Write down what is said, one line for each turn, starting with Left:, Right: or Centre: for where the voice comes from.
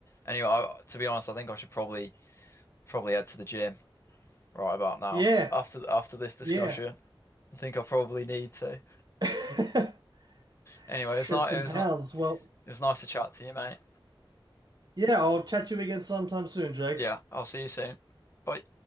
Left: Anyway, I, to be honest, I think I should probably probably head to the gym right about now.
Right: Yeah,
Left: After after this discussion,
Right: yeah.
Left: I think I probably need to.
Right: <laughs>
Left: Anyway,
Right: Shed
Left: it's not.
Right: some
Left: It was
Right: pounds.
Left: not.
Right: Well,
Left: It was nice to chat to you, mate.
Right: yeah, I'll chat to you again sometime soon, Jake.
Left: Yeah, I'll see you soon. Bye.